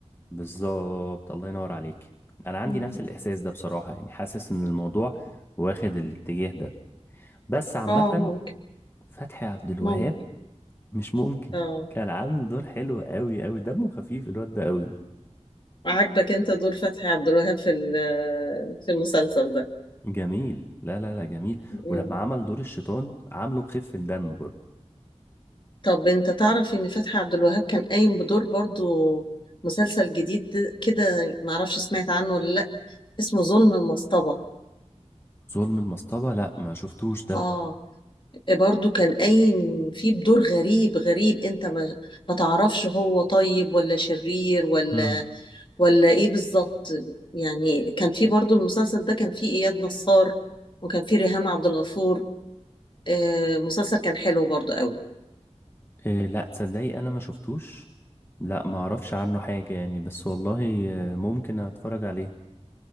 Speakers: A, on the left; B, on the left.
A: بالظبط الله ينور عليك انا عندي
B: مم.
A: نفس الاحساس ده بصراحه يعني حاسس ان الموضوع واخد الاتجاه ده بس عامه
B: اه ممكن
A: فتحي عبد الوهاب
B: ممكن
A: مش ممكن
B: اه
A: كان عامل دور حلو قوي قوي دمه خفيف الواد ده قوي
B: عاجبك انت دور فتحي عبد الوهاب في ال- في المسلسل ده
A: جميل لا لا لا جميل
B: مم.
A: ولما عمل دور الشيطان عامله بخفة دم برضه
B: طب انت تعرف ان فتحي عبد الوهاب كان قايم بدور برضو مسلسل جديد كده معرفش سمعت عنه ولا اسمه ظلم المصطبة
A: ظلم المصطبة لا ما شفتوش ده
B: اه إيه برضو كان قايم فيه بدور غريب غريب انت ما, ما تعرفش هو طيب ولا شرير ولا
A: امم
B: ولا ايه بالظبط يعني كان فيه برضو المسلسل ده كان فيه اياد نصار وكان فيه ريهام عبد الغفور آه مسلسل كان حلو برضو قوي
A: إيه لا تصدقي انا ما شفتوش لا ما اعرفش عنه حاجة يعني بس والله آه، ممكن اتفرج عليه